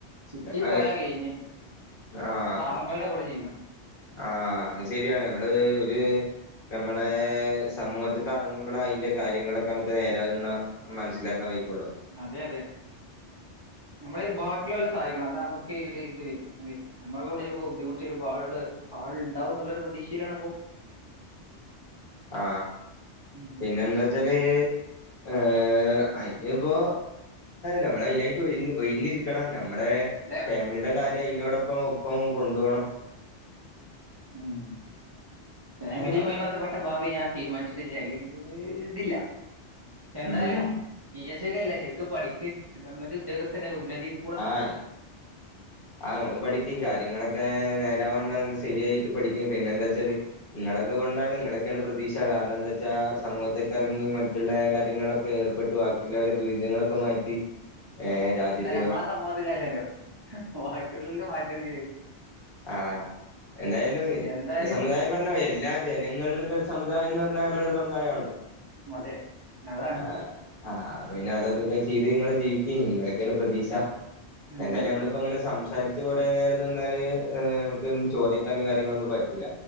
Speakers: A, on the right; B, on the left.
A: സിറ്റി
B: അ
A: പോയാ കഴിഞ്ഞ്
B: ആഹ്
A: പാവങ്ങളുടെ കൂടെ ജീവിക്കണം.
B: ആഹ് അയ് ശരിയാണ് നമ്മള് ഒരു നമ്മളെ, സമൂഹത്ത്ക്ക് ഇറങ്ങുമ്പളാ അയിന്റെ കാര്യങ്ങളൊക്കെ നമുക്ക് നേരാകുന്ന. - മനസ്സിലാക്കാൻ വയ്ക്കൊള്ളൂ.
A: അതെ അതെ. നമ്മള് ബാക്കിയുള്ളോ ലെ സഹായിക്കണം. ന്നാ നമ്മുക്ക് ഇത് ഇത് വരും. അല്ലെ- നമ്മളെവ്ടൊരു ബുദ്ധിമുട്ടു വരുമ്പോൾ ആളാള് ആൾുണ്ടാവും ന്നുള്ളരു പ്രതീക്ഷയിലാണ് ഇപ്പോ.
B: ആ.
A: ഉം.
B: പിന്നെന്താച്ചാല്, ഏ. അയിന് ഇപ്പൊ, നമ്മൾ അയിനായിട്ട് ഒ ഒയ്ഞ്ഞിരിക്കണം. നമ്മടെ
A: അതെ
B: ഫാമിലിയുടെ കാര്യം, അയിന്റോടൊപ്പം ഒപ്പം കൊണ്ടോണം.
A: ഉം. ഫാമിലിയുമായി
B: ഏഹ് അതെ
A: ബന്ധപ്പെട്ട ഭാവി ഞാൻ തീരുമാനിച്ചു. ട്ടില്ലഇതില്ല. എന്താലും.
B: ഉം
A: പി എസ് സി ഒക്കെല്ലെ ശരിക്കും പഠിക്ക്. ഗവൺമെന്റ് ഉദ്യോഗസ്ഥനെ ഉന്നതി -
B: അഹ ആ ങ്ങളും പഠിക്കി. കാര്യങ്ങളൊക്കെ നേര വണ്ണം ശരിയായിട്ട് പഠിക്ക്. പിന്നെ എന്താച്ചാല്. ങ്ങളൊക്കെ കൊണ്ടാണ്, നിങ്ങളൊക്കെയാണ് പ്രതീക്ഷ. കാരണം എന്താ വെച്ചാ സമൂഹത്തേക്കെറങ്ങി മറ്റുള്ള കാര്യങ്ങളൊക്കെ. - ഒ ഏർപ്പെട്ട്, ബാക്കിയുള്ളവരെ ദുരിതങ്ങളൊക്കെ മാറ്റി. ഏ, രാജ്യ-
A: മ്മളെ സമൂഹത്തിലല്ലല്ലോ? ബാക്കിള്ളോൽത് മാന്യതയു -
B: ആഹ. എന്തായാലും നമ്മടെ
A: എന്തായാലും
B: സമുദായം പറഞ്ഞോ എല്ലാ- ജനങ്ങളുന്നൊരു സമുദായംന്ന് പറഞ്ഞാ നമ്മള സമുദായാണ്.
A: അതെ അതാണ്
B: ആ ആ പിന്നെ അതൊക്കെ ചെയ്ത് നിങ്ങള് ജയിക്കി. നിങ്ങളൊക്കേണ് പ്രതീക്ഷ.
A: ഉം.
B: എന്തായാലും നമ്മളിപ്പോ ഇങ്ങനെ സംസാരിച്ച് കുറ നേരം നിന്നാല്- നമുക്ക് ചോറയിക്കാനും കാര്യങ്ങളൊന്നും പറ്റൂല.